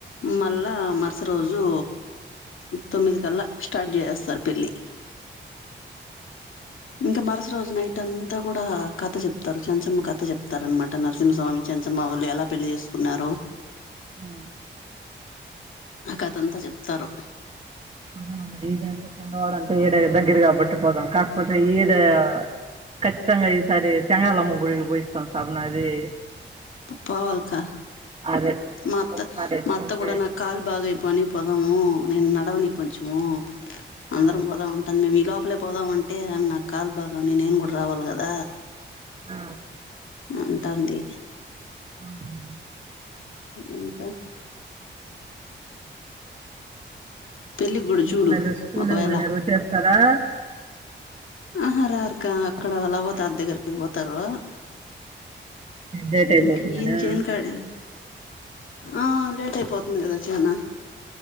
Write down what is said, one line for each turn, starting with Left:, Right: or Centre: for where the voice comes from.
Left: మళ్ళా మరుస రోజు తొమ్మిది కల్లా స్టార్ట్ చేసెస్తారు పెళ్ళి. ఇంకా మరుస రోజు నైట్ అంతా కూడా కథ చెప్తారు చెంచమ్మ కథ చెప్తారునమాట నరసింహస్వామి చెంచమ్మ వాళ్ళు ఎలా పెళ్లి చేసుకున్నారో
Right: ఆ
Left: ఆ కథంత చెప్తారు
Right: పోదాను ఈజ అండవాడంటే ఈడ దగ్గర కాబట్టి పోదాం కాకపోతే ఈడే ఖచ్చితంగా ఈసారి చెంగాలమ్ గ్గుడికి పోయిస్తాం <unintelligible>
Left: పవల్కా
Right: అదే
Left: మ మత్త
Right: ఒకసారి
Left: మా
Right: చూసి
Left: అత్త కూడా న <unintelligible> పోదము నేను నడవని కొంచము అందరం
Right: ఆ
Left: పోదాం ఉంటుంది మేము ఈ లోపలే పోదామ అంటే ఆమె నాకు కాలు బాగాని నేను కూడా రావాలి కద
Right: ఆ
Left: అంటంది
Right: అవునులే
Left: ఇంకా పెళ్ళికి కూడా చూడు
Right: ఒక నెల స్కూలు
Left: ఒకవేళ
Right: వినరు చేస్తారా
Left: ఆహ రార్కా అక్కడ లవతార్ దగ్గర పోతారు
Right: లేట్ అయిపోతుందనా
Left: ఇంక ఏం చేను కాడ ఆ లేట్ అయిపోతుంది కదా అట్ట అయిన